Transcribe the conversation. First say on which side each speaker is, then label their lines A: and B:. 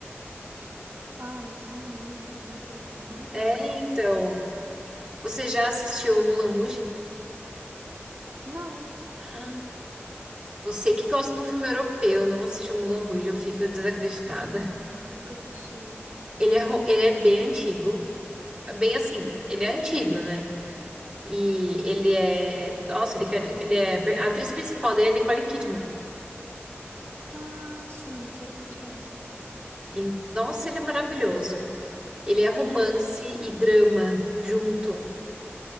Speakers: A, on the right; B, on the right.
A: Ai, são muitos, meu Deus, eu não tô lembrando
B: É,
A: agora.
B: então. Você já assistiu Mulan Rouge?
A: Não,
B: <gasps> Você que gosta de um filme europeu, não assistiu Moulin Rouge, eu fico desacreditada.
A: não, nunca assisti.
B: Ele é, ro- ele é bem antigo. é Bem assim, ele é antigo, né? E ele é. Nossa, ele, quer- ele é. A atriz principal dele é Nicole Kidman.
A: Ah, sim, sei quem que é.
B: E, nossa, ele é maravilhoso. Ele é romance e drama junto.